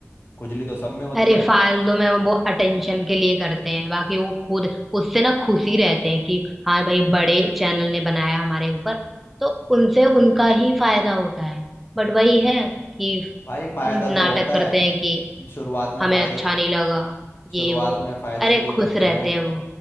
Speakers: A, on the left (about 50°); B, in the centre.
A: खुजली तो सब में होती
B: अरे
A: है
B: फालतू में वो अटेंशन के लिए करते हैं बाकी वो खुद उससे ना खुशी रहते हैं कि हाँ भाई बड़े चैनल ने बनाया हमारे ऊपर तो उनसे उनका ही फायदा होता है बट वही है कि
A: भाई फायदा
B: नाटक
A: तो होता
B: करते
A: है
B: हैं कि
A: शुरुआत में
B: हमें
A: फायदे
B: अच्छा नहीं लगा
A: शुरुआत
B: ये वो
A: में फायदे
B: अरे
A: के लिए करते
B: खुश रहते
A: हैं
B: हैं वो